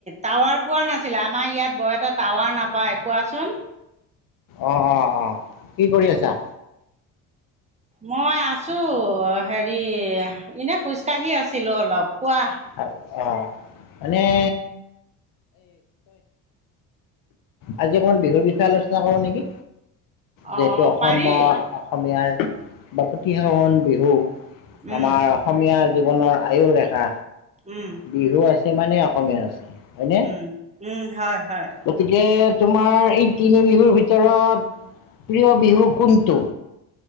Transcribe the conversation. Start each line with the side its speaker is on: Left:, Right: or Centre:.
Right: টাৱাৰ পোৱা নাছিলে আমাৰ ইয়াত বৰ এটা টাৱাৰ নাপায় কোৱাচোন
Left: অহ, অহ, অহ, কি কৰি আছা?
Right: মই আছো হেৰি এনে খোজ কাঢ়ি আছিলো অলপ কোৱা
Left: অ', মানে <unintelligible> আজি অকমান বিহুৰ বিষয়ে আলোচনা কৰো নেকি? যিহেতু
Right: অ
Left: অসমৰ
Right: পাৰি
Left: অসমীয়াৰ বাপতিসাহন বিহু
Right: উম
Left: আমাৰ অসমীয়া জীৱনৰ আয়ু ৰেখা
Right: উম
Left: বিহু আছে মানে অসমীয়া আছে। হয়নে?
Right: উম, উম, হয় হয়।
Left: গতিকে তোমাৰ এই তিনি বিহুৰ ভিতৰত প্ৰিয় বিহু কোনটো?